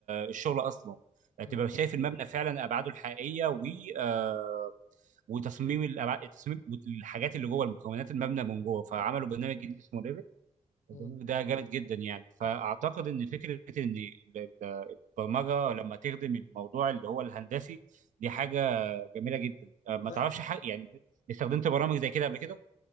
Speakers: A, on the right; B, on the left.
A: الشغل اصلا
B: مم.
A: تبقى شايف المبنى فعلا ابعاده الحقيقيه و آه، وتصميم الأبع... تصميم الحاجات اللي جوه المكونات المبنى من جوه فعملوا برنامج جديد اسمه ريفت البرنامج
B: مم.
A: ده جامد جدا يعني فاعتقد ان فكره ان ال- ال- البرمجه لما تخدم الموضوع اللي هو الهندسي دي حاجه جميله جدا آه، ما
B: لا
A: تعرفش حق يعني استخدمت برامج زي كده قبل كده